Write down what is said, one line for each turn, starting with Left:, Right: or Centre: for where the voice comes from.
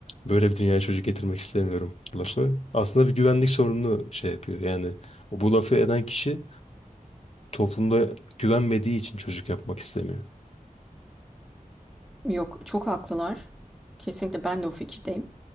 Left: böyle bir dünyaya çocuk getirmek istemiyorum lafı. Aslında bir güvenlik sorununu şey yapıyor yani o bu lafı eden kişi toplumda güvenmediği için çocuk yapmak istemiyor.
Centre: Yok, çok haklılar. Kesinlikle ben de o fikirdeyim.